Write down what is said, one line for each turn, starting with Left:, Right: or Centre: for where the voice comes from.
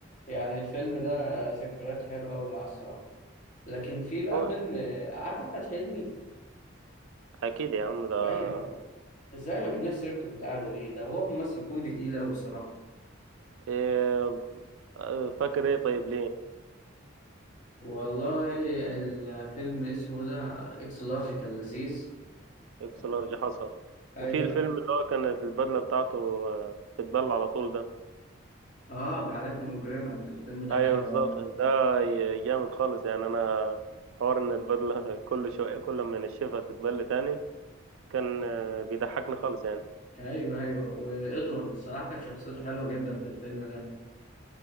Left: يعني الفيلم ده ذكريات حلوه اوي معاه الصراحه لكن في بقى
Right: هو
Left: فيلم عارف احمد حلمي
Right: اكيد يا عم ده
Left: ايوه ازاي ما جبناش سيرته في القعده دي ده هو ممثل كوميدي تقيل اوي الصراحه
Right: إيه، فاكر ايه طيب ليه
Left: والله الفيلم اسمه ده اكس لارج كان لذيذ
Right: اكس
Left: آه،
Right: لارج حصى
Left: ايوه
Right: وفي الفيلم اللي هو كانت البدلة بتاعته آه، بتبل على طول ده
Left: اه جعلتني مجرما الفيلم ده
Right: ايوه
Left: حلو
Right: بالظبط
Left: اه
Right: ده ي- جامد خالص يعني انا حوار ان البدلة <laughs> كل شوية كل ما نشفها تتبل تاني كان آه، بيضحكني خالص يعني
Left: ايوه ايوه وادوارد الصراحه كانت شخصيته حلوه جدا في الفيلم ده